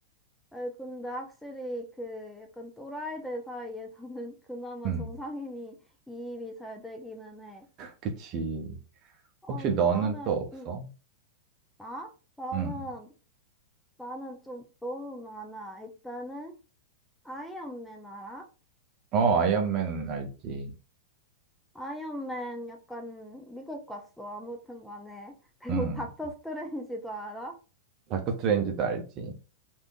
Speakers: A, in the centre; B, on the right.
A: 아이, 근데 확실히 그 약간 또라이들 사이에서는 <laughs> 그나마
B: 음,
A: 정상인이 이입이 잘 되기는 해.
B: 그치.
A: 어,
B: 혹시 너는
A: 나는,
B: 또 없어?
A: 음, 나? 나는,
B: 음.
A: 나는 좀 너무 많아. 일단은, 아이언맨 알아?
B: 어, 아이언맨 알지.
A: 아이언맨 약간 미국 갔어. 아무튼 간에. <laughs> 그리고
B: 음.
A: 닥터 스트레인지도 알아?
B: 닥터 스트레인지도 알지.